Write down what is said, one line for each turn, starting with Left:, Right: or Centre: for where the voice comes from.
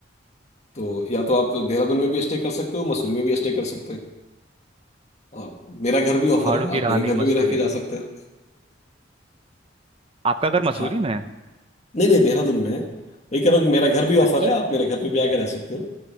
Left: तो या तो आप देहरादून में भी स्टे कर सकते हो मसूरी में भी स्टे कर सकते हैं और मेरा घर भी
Right: पहाड़ों
Left: ऑफर है
Right: की
Left: आप
Right: रानी
Left: मेरे घर
Right: मसूरी
Left: पे भी रह के जा सकते हो
Right: आपका घर मसूरी
Left: <laughs> हाँ
Right: में है
Left: नहीं नहीं देहरादून में है वही कह रहा हूँ कि मेरा घर भी ऑफर
Right: अच्छा
Left: है आप मेरे घर पे भी आके रह सकते हो